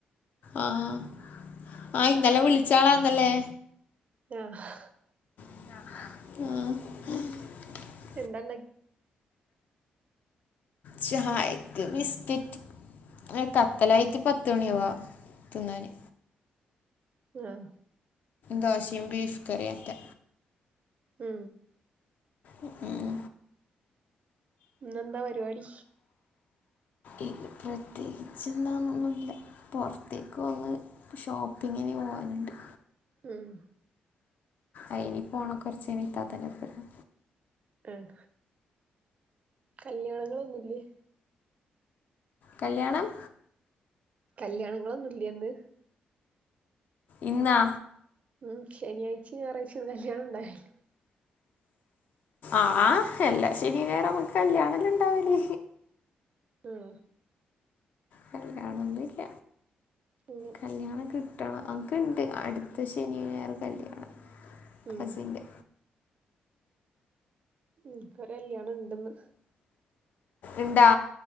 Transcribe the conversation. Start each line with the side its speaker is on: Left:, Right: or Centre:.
Left: ആഹ് ആ ഇന്നലെ വിളിച്ചാളാന്നല്ലേ?
Right: ആഹ്
Left: ആഹ് ഹാ
Right: എന്താണ്ടാ
Left: ചായക്ക് ബിസ്കിറ്റ് കത്തലായിറ്റ് പത്ത് മണിയവാ തിന്നാന്
Right: ആഹ്
Left: ദോശയും ബീഫ് കറിയിയൊക്കെ
Right: മ്
Left: ഉം ഊം
Right: ഇന്നെന്താ പരിപാടി?
Left: ഇല്ല പ്രത്യേകിച്ച് എന്താന്നൊന്നുല്ല. പുറത്തേക്കൊന്ന് ഷോപ്പിങ്ങിന് പോവാനുണ്ട്
Right: ഉം
Left: അനി പോണ കുറചൈനി ഇത്താത്തന്റെപ്പോരം
Right: ആഹ് കല്യാണങ്ങളൊന്നുല്ലേ?
Left: കല്യാണം
Right: കല്യാണങ്ങളൊന്നും ഇല്ലേന്ന്?
Left: ഇന്നാ?
Right: ഉം ശനിഴാഴ്ച ഞായറാഴ്ചൊ കല്യാണം ഉണ്ടാവലു
Left: ആഹ് എല്ലാ ശനി ഞായറും നമുക്ക് കല്യാണല്ലാണ്ടാവല്
Right: ആഹ.
Left: കല്യാണൊന്നുല്ല
Right: അങ്ങനെ
Left: കല്യാണംക്കെ ട്ടാണ് അൻക്ക്ണ്ട് അടുത്ത ശനി ഞായർ കല്യാണം
Right: ഉം
Left: കസിൻ്റെ
Right: ഇൻക്കൊരു കല്യാണണ്ടന്ന്.
Left: ഇണ്ടാ